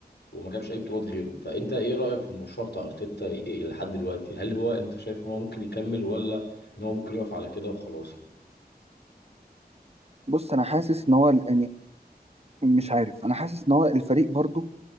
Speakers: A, on the left; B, on the right.
A: وما جابش اي بطولات غيره فانت ايه رايك في المشروع بتاع ارتيتا إيه لحد دلوقتي هل هو انت شايف ان هو ممكن يكمل ولا ان هو ممكن يقف على كده وخلاص
B: بص انا حاسس ان هو يعني مش عارف انا حاسس ان هو الفريق برضه